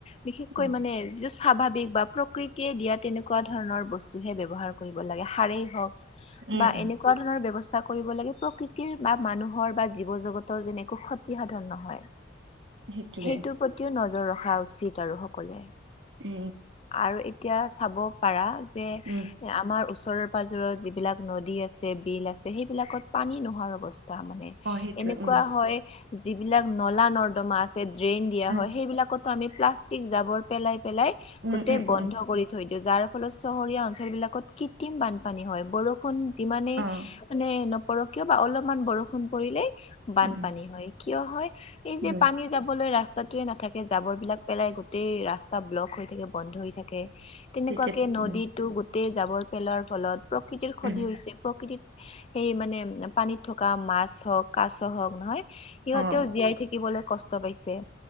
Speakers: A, on the left (about 30°); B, on the right (about 65°).
A: বিশেষকৈ
B: উম,
A: মানে যিটো স্বাভাৱিক বা প্ৰকৃতিয়ে দিয়া তেনেকুৱা ধৰণৰ বস্তু হে ব্যৱহাৰ কৰিব লাগে সাৰেই হওঁক
B: উম,
A: বা
B: উম,
A: এনে কুৱা ধৰণৰ ব্যৱস্থা কৰিব লাগে প্ৰকৃতিৰ বা মানুহৰ বা জীৱ জগতৰ যেনে একো ক্ষতি সাধন নহয়।
B: সেইটোৱে
A: সেইটোৰ প্ৰতিও নজৰ ৰখা উচিত আৰু সকলে।
B: <unintelligible>
A: আৰু এতিয়া চাব পাৰা যে
B: উম,
A: আমাৰ ওচৰৰে পাজৰত যিবিলাক নদী আছে বিল আছে সেইবিলাকত পানী নোহোৱাৰ অৱস্থা মানে।
B: অ', সেইটোৱে
A: এনেকুৱা
B: উম,
A: হয়, যিবিলাক নলা নৰ্দমা আছে ড্ৰেইন দিয়া
B: উম,
A: হয় সেইবিলাকত আমি প্লাষ্টিক জাবৰ পেলাই পেলাই
B: উম,
A: গোটেই
B: উম,
A: বন্ধ
B: উম,
A: কৰি থৈ দি যাৰ ফলত চহৰীয়া অঞ্চলবিলাকত কৃত্ৰিম বানপানী হয়। বৰষুণ যিমানেই
B: অ',
A: মানে নপৰক কিয় বা অলপমান বৰষুণ পৰিলেই বানপানী
B: উম,
A: হয় কিয় হয় এই
B: উম,
A: যে পানী যাবলৈ ৰাস্তাটোৱে নাথাকে জাবৰ বিলাক পেলাই গোট গোটেই ৰাস্তা ব্লক হৈ থাকে বন্ধ হৈ থাকে তেনেকুৱাকে
B: ঠিকে
A: নদীতো
B: উম,
A: গোট তে জাবৰ পেলোৱাৰ ফলত প্ৰকৃতিৰ ক্ষতি
B: উম,
A: হৈছে। প্ৰকৃতিত সেই মানে পানীত থকা মাছ হওঁক, কাছ হওঁক নহয় সিহঁতেও
B: অ', অ
A: জীয়াই থাকিবলৈ কষ্ট পাইছে।